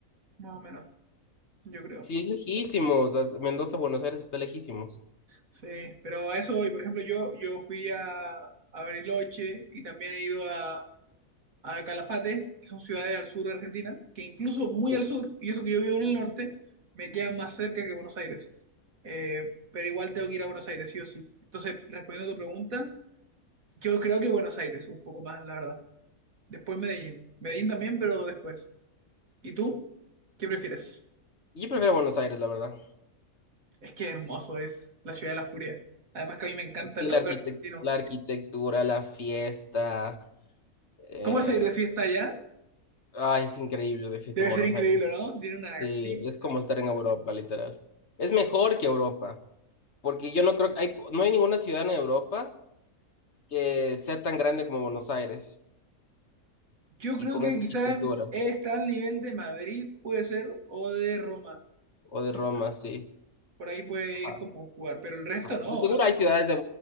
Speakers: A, on the right (about 70°); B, on the left (about 50°).
A: Más o menos, yo creo.
B: Sí, es lejísimos. o sea, Mendoza, Buenos Aires está lejísimos.
A: Sí, pero a eso voy. Por ejemplo, yo, yo fui a, a Bariloche y también he ido a, a Calafate, que son ciudades al sur de Argentina, que incluso muy
B: Sí.
A: al sur, y eso que yo vivo en el norte, me quedan más cerca que Buenos Aires. Eh, pero igual tengo que ir a Buenos Aires, sí o sí. Entonces, respondiendo a tu pregunta, yo creo que Buenos Aires, un poco más, la verdad. Después Medellín. Medellín también, pero después. ¿Y tú? ¿Qué prefieres?
B: Yo prefiero Buenos Aires, la verdad.
A: Es que hermoso es la ciudad de la furia. Además que a mí me encanta
B: Sí,
A: el
B: la
A: rock
B: arquitec-
A: argentino.
B: la arquitectura, la fiesta. eh,
A: ¿Cómo es ir de fiesta allá?
B: Ay, es increíble de fiesta
A: Debe
B: en Buenos
A: ser increíble,
B: Aires.
A: ¿no? Tiene una
B: Sí,
A: pinta.
B: es como estar en Europa, literal. Es mejor que Europa, porque yo no creo que hay, no hay ninguna ciudad en Europa que sea tan grande como Buenos Aires
A: Yo
B: y
A: creo
B: con
A: que
B: esa
A: quizás
B: arquitectura.
A: está al nivel de Madrid, puede ser, o de Roma,
B: O de
A: quizás.
B: Roma, sí.
A: Por ahí puede
B: Ajá,
A: ir como jugar, pero el resto
B: ajá.
A: no,
B: De seguro hay ciudades de,